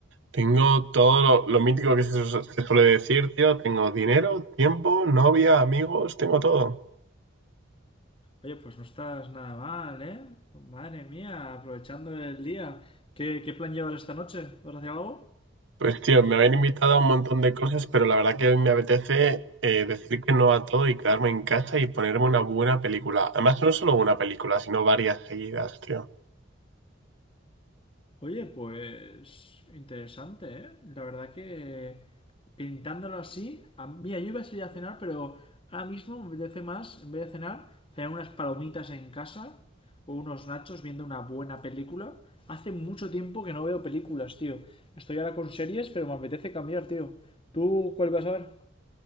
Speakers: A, on the right (about 65°); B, on the left (about 30°).
A: Tengo todo lo, lo mítico que se, su- se suele decir, tío. Tengo dinero, tiempo, novia, amigos, tengo todo.
B: Oye, pues no estás nada mal, ¿eh? Madre mía, aprovechando el día. ¿Qué, qué plan llevas esta noche? ¿Vas a hacer algo?
A: Pues, tío, me habían invitado a un montón de cosas, pero la verdad que hoy me apetece eh, decir que no a todo y quedarme en casa y ponerme una buena película. Además, no solo una película, sino varias seguidas, tío.
B: Oye, pues interesante, ¿eh? La verdad que pintándolo así, a- mira, yo iba a salir a cenar, pero ahora mismo me apetece más, en vez de cenar, cenar unas palomitas en casa o unos nachos viendo una buena película. Hace mucho tiempo que no veo películas, tío. Estoy ahora con series, pero me apetece cambiar, tío. ¿Tú cuál vas a ver?